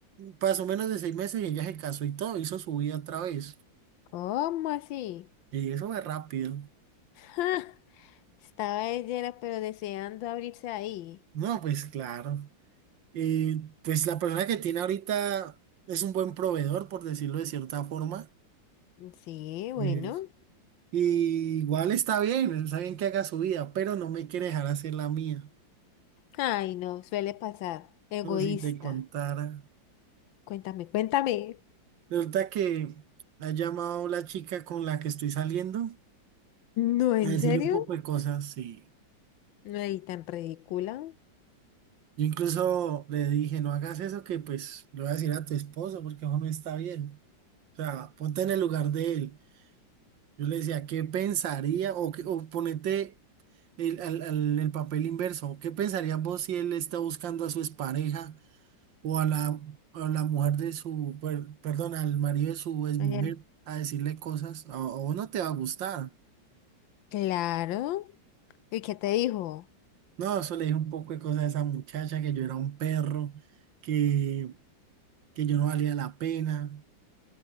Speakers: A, on the right; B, on the left.
A: pasó menos de seis meses y ella se casó y todo, hizo su vida otra vez.
B: ¿cómo así?
A: Y eso fue rápido.
B: ¡Ja! Estaba ella, era, pero deseando abrirse ahí.
A: No, pues claro. Eh, pues la persona que tiene ahorita es un buen proveedor, por decirlo de cierta forma.
B: Sí, bueno.
A: Eh, y igual está bien, está bien que haga su vida, pero no me quiere dejar hacer la mía.
B: Ay, no, suele pasar. Egoísta.
A: No, si te contara.
B: Cuéntame, cuéntame.
A: Resulta que ha llamado la chica con la que estoy saliendo
B: No, ¿en
A: a decirle
B: serio?
A: un poco de cosas. Y
B: No, y tan ridícula.
A: yo incluso le dije, no hagas eso que pues le voy a decir a tu esposo porque eso no está bien. O sea, ponte en el lugar de él. Yo le decía, ¿qué pensaría? O, qué- o ponete el, al- al- el papel inverso. ¿Qué pensarías vos si él está buscando a su expareja? o a la, a la mujer de su, per- perdón, al marido de su exmujer
B: Ay,
A: a decirle cosas, a, a vos no te va a gustar.
B: Claro. ¿Y qué te dijo?
A: No, eso le dije un poco de cosas a esa muchacha, que yo era un perro, que, que yo no valía la pena.